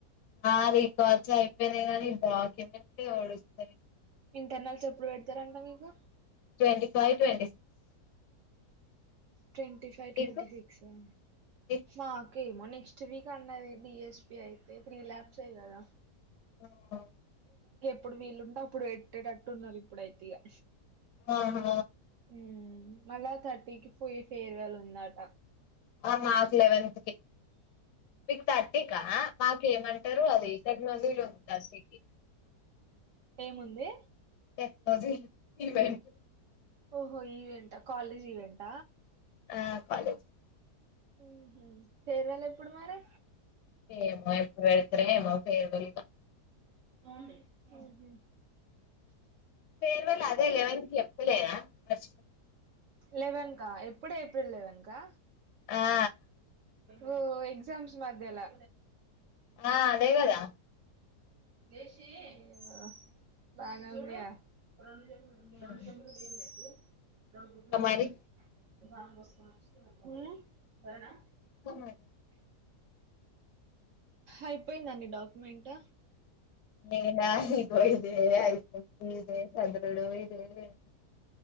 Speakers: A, on the left (about 75°); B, on the right (about 65°).
A: ఆ రికార్డ్స్ అయిపోయినాయ్ గానీ, డాక్యుమెంటే ఒడుస్త
B: ఇంటర్నల్స్ ఎప్పుడు పెడతరంట మీకు?
A: ట్వంటిఫైవ్, ట్వంటిసిక్స్
B: ట్వంటీఫై,
A: మీకు
B: ట్వంటీసిక్సా
A: మీకు
B: మాక్ కి మోనెక్స్ట్ వీక్ అన్నది. డి. ఎ. స్పి అయితే త్రీ ల్యాబ్స్ ఏ గదా.
A: ఓహొ
B: అప్పుడు వీళ్ళుంట అప్పుడు. ఎట్టేటట్టు ఉన్నారు ఇప్పుడైతీగా.
A: అవునా
B: ఉమ్ మళ్ళా థర్టీకి ఫూయి ఫేయిర్వెల్ ఉందాట.
A: ఆ మాక్ లెవెన్త్ కి థర్టీకా మాకేమంటారు అది. టెక్నాలజీలో ఉందసేకి
B: ఏముంది
A: టెక్నజీ ఈవెంట్
B: ఓహో ఈవెంట్ఆ కాలేజ్ ఈవెంట
A: ఆ కాలేజ్
B: ఉహు ఫేర్వెల్ ఎప్పుడు మరి
A: ఏమో ఎప్పుడు వెడుతురే ఏమ ఫేరు వెల్
B: <unintelligible>
A: ఫేర్వెల్ అదే ఎలెవెన్ కి చేప్పులేనా మర్
B: లెవెన్కా ఎప్పుడు ఏప్రిల్ లెవెన్కా
A: ఆ
B: ఓ ఎక్సామ్స్ మధ్యలా
A: ఆ అదే కదా
B: అయ్యో బానేవుందిగా <inaudible>
A: ఇంకా
B: <unintelligible>
A: మరి స
B: అయిపోయిందండి డాక్యుమెంట్
A: నేనా ఇదే <unintelligible> ఇదే సద్రుడు ఇదే అ